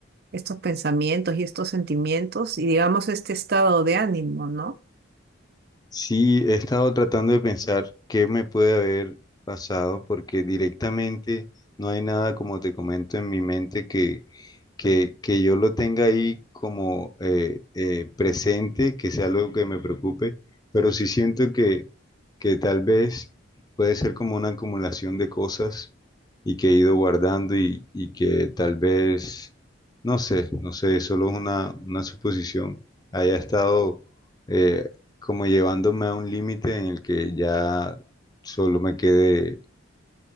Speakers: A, on the right; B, on the left.
A: estos pensamientos y estos sentimientos y digamos este estado de ánimo, ¿no?
B: Sí, he estado tratando de pensar qué me puede haber pasado, porque directamente no hay nada, como te comento, en mi mente que, que, que yo lo tenga ahí como eh, eh, presente, que sea algo que me preocupe, pero sí siento que, que tal vez puede ser como una acumulación de cosas y que he ido guardando y, y que tal vez, no sé, no sé, solo es una, una suposición, haya estado... eh, como llevándome a un límite en el que ya solo me quede,